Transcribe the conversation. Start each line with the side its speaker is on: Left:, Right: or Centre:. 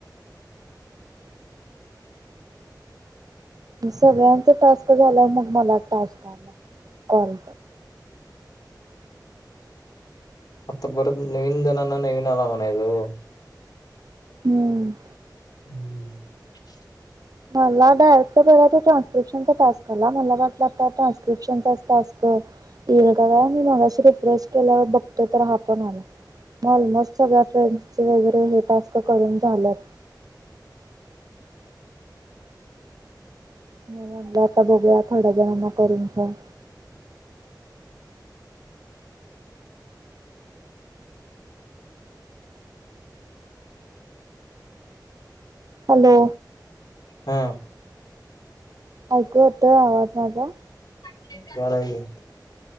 Right: सगळ्यांच टास्क झालाव मग मला टास्क आलाय कॉल
Left: आता परत नवीन जनांना नवीन आला म्हणायचा म.
Right: हम्म
Left: हू
Right: मला डायरेक्ट परवाचा ट्रान्स्क्रिप्शनचा टास्क आला मला वाटल आता ता ट्रान्स्क्रिप्शनचाच टास्क येईल का काय? मी मगाशी रिफ्रेश केलावर बघतोय तर हा पण आला. म अलमोस्ट सगळ्या फ्रेंड्स चे वैगेरे हे टास्क करून झाल्यात, म्हणून म्हणलं आता बघूया थोड्या जणांना करून फोम हॅलो!
Left: हा.
Right: ऐकू येतोय आवाज माझा?
Left: या लागलाय की.